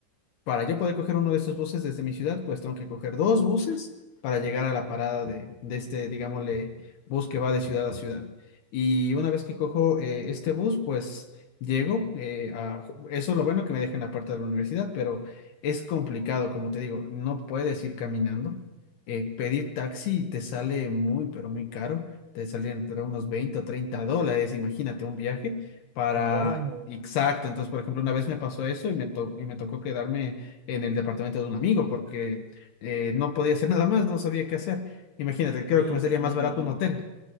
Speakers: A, on the left; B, on the right.
A: Para yo poder coger uno de esos buses desde mi ciudad, pues tengo que coger dos buses para llegar a la parada de, de este, digámosle, bus que va de ciudad a ciudad. Y una vez que cojo eh, este bus, pues llego eh, a... Eso es lo bueno que me deja en la puerta de la universidad, pero es complicado, como te digo, no puedes ir caminando. Eh, pedir taxi te sale muy, pero muy caro. Te sale entre unos 20 o 30 dólares, imagínate un viaje para
B: No,
A: Exacto, entonces, por ejemplo, una vez me pasó eso y me, to- y me tocó quedarme en el departamento de un amigo porque eh, no podía hacer <laughs> nada más, no sabía qué hacer. Imagínate, creo
B: Oye,
A: que me salía
B: ¿y,
A: más barato un hotel.